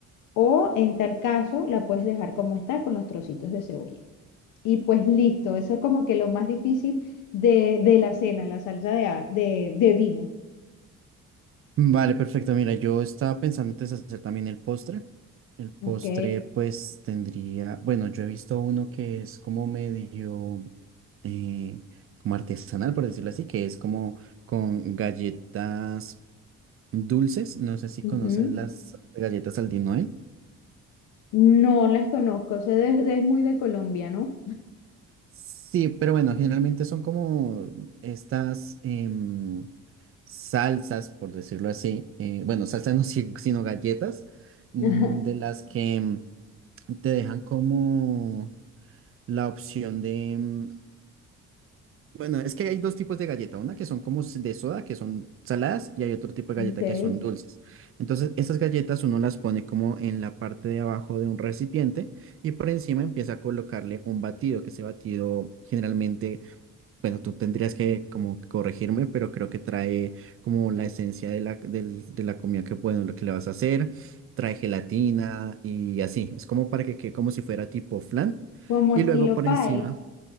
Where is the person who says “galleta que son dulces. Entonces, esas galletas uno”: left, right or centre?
Right